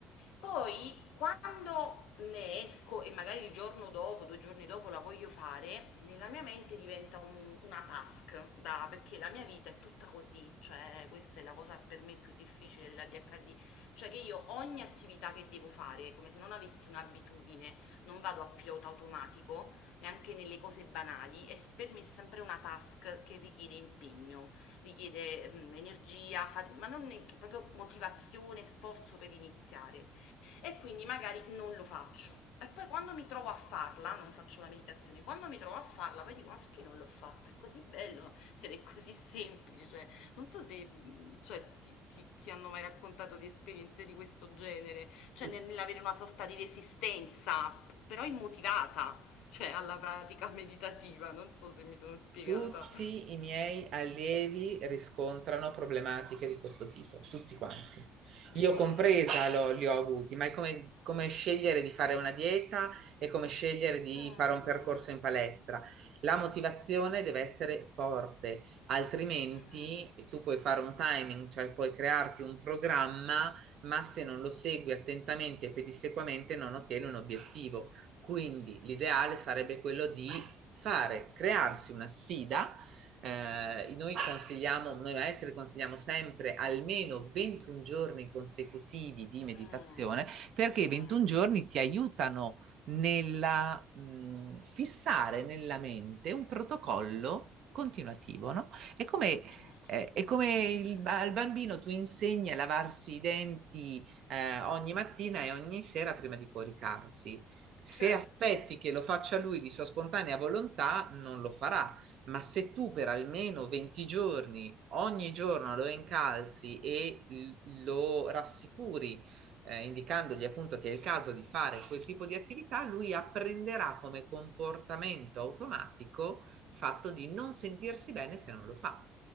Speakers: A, on the left; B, on the right.
A: Poi quando ne esco e magari il giorno dopo, 2 giorni dopo la voglio fare, nella mia mente diventa un una task da perché la mia vita è tutta così, cioè questa è la cosa per me più difficile dell'ADHD, cioè che io ogni attività che devo fare, come se non avessi un'abitudine, non vado a pilota automatico, neanche nelle cose banali, è s per me è sempre una task che richiede impegno, richiede, mhmm, energia, fati ma non ne proprio motivazione, sforzo per iniziare. E quindi magari non lo faccio. E poi quando mi trovo a farla, non faccio la meditazione, quando mi trovo a farla poi dico: "Ma perché non l'ho fatta? È così bello <laughs> ed è così semplice". Non so se, mhmm, cioè ti ti ti hanno mai raccontato di esperienze di questo genere, cioè
B: Tutti.
A: nel nell'avere una sorta di resistenza, p però immotivata, cioè alla pratica meditativa, non so se mi sono spiegata.
B: Tutti i miei allievi riscontrano problematiche di questo tipo, tutti quanti.
A: Vedi.
B: Io compresa l'ho- li ho avuti, ma è come, come scegliere di fare una dieta e come scegliere di
A: Mh,
B: fare un percorso in palestra. La motivazione deve essere forte, altrimenti
A: mh,
B: tu puoi fare un timing, cioè puoi crearti un programma, ma se non lo segui attentamente e pedissequamente non ottieni un obiettivo. Quindi l'ideale sarebbe quello di fare, crearsi una sfida. Eh, noi consigliamo, noi maestri consigliamo sempre almeno 21 giorni consecutivi di meditazione
A: mh,
B: perché
A: mh.
B: i 21 giorni ti aiutano nella mh, fissare nella mente un protocollo continuativo, no? È come
A: Continuativo,
B: eh, è come
A: okay.
B: il, al bambino tu insegni a lavarsi i denti eh, ogni mattina e ogni sera prima di coricarsi. Se
A: Certo,
B: aspetti che lo faccia lui di sua spontanea volontà, non lo farà, ma se tu per almeno 20 giorni, ogni giorno lo incalzi e l- lo rassicuri, eh, indicandogli appunto che è il caso di fare quel tipo di attività, lui apprenderà come comportamento automatico il fatto di non sentirsi bene se non lo fa.